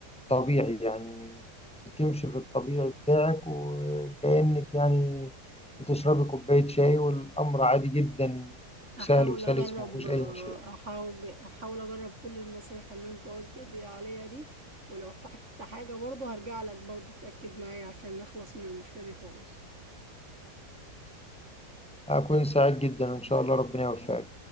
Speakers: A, in the centre; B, on the right.
A: طبيعي يعني بتمشي في الطبيعي بتاعك وكأنك يعني بتشربي كوباية شاي والأمر عادي جدا
B: احاول
A: وسهل وسلس
B: اجرب
A: ومفيهوش أي مشاكل
B: احاول احاول اجرب كل النصايح اللي انت قلت دي عليا دي ولو احتجت حاجة برضه هرجع لك برضه تأكد معايا عشان نخلص من المشكلة دي خالص
A: هكون سعيد جدا وإن شاء الله ربنا يوفقك